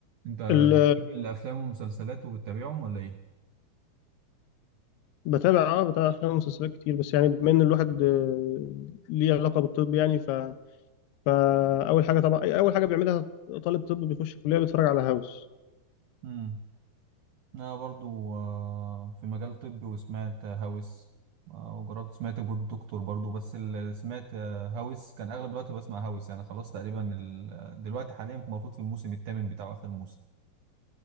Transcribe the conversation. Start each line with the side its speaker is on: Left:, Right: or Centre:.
Right: انت
Left: ال-
Right: بتحب الافلام والمسلسلات وبتتابعهم ولا ايه
Left: بتابع اه بتابع افلام ومسلسلات كتير بس يعني بما ان الواحد آه، ليه علاقه بالطب يعني ف فاول حاجه طبعا أي- اول حاجه بيعملها طالب طب بيخش الكليه بيتفرج على هاوس
Right: امم انا برضو آه، في مجال طبي وسمعت آه، هاوس آه، وجربت سمعت جود دكتور برضو بس اللي سمعت آه، هاوس كان اغلب الوقت بسمع هاوس يعني خلاص تقريبا ال- آه، دلوقتي حاليا المفروض في الموسم الثامن بتاعه اخر موسم